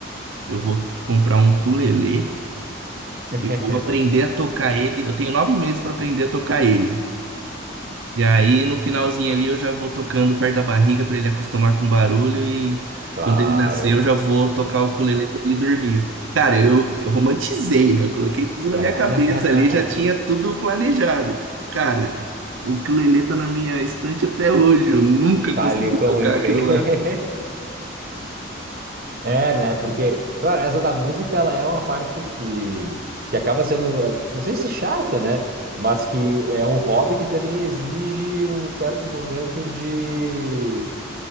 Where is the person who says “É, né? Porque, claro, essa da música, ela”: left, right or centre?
Right